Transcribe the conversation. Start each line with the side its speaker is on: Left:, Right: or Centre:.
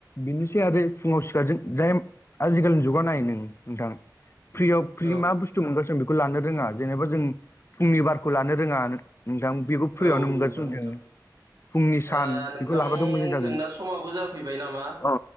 Left: बिनोसै आरो फुङाव सिखारजों जायेम आजिखालिनि जुगाव नाय नों नोंथां फ्रियाव फ्रि
Right: औ
Left: मा बुस तु मोनगोन जों बेखौ लानो रोङा जेनेबा जों फुंनि बारखौ लानो रोङा नोंथां बेखौ फ्रियावनो
Right: औ
Left: मोनगासिनो
Right: नंगौ नोंथां
Left: दं जों। फुंनि सान
Right: दा नोंथां
Left: बेखौ लाबाथ' मोजां जागोन।
Right: जोंना समाबो जाफैबाय नामा
Left: अ